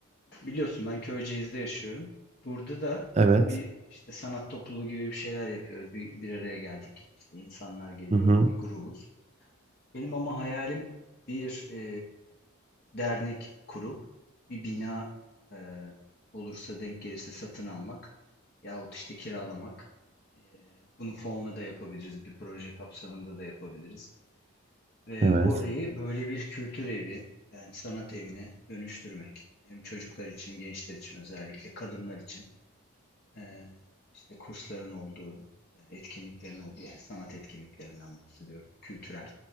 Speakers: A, on the left; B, on the right.
A: biliyorsun ben Köyceğiz'de yaşıyorum. Burada da
B: Evet.
A: bir işte sanat topluluğu gibi bir şeyler yapıyoruz. Bir, bir araya geldik. İşte insanlar geliyor,
B: Hı hı.
A: bir grubuz. Benim ama hayalim bir e, dernek kurup bir bina e, olursa denk gelirse satın almak yahut işte kiralamak. Bunu fonla da yapabiliriz, bir proje kapsamında da yapabiliriz. Ve
B: Evet.
A: orayı böyle bir kültür evi, yani sanat evine dönüştürmek. Hem çocuklar için, gençler için özellikle, kadınlar için e, işte kursların olduğu, e, etkinliklerin olduğu yani sanat etkinliklerinden bahsediyorum, kültürel